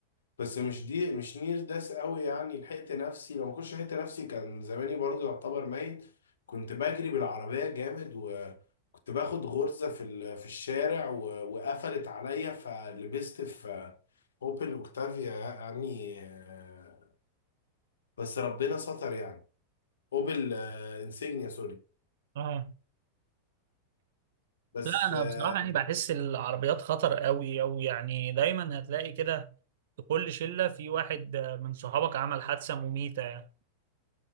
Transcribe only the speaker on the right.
اه
لا انا
بصراحه يعني بحس العربيات خطر قوي قوي يعني دايما هتلاقي كده في كل شله في واحد آه، من صحابك عمل حادثه مميته يعني.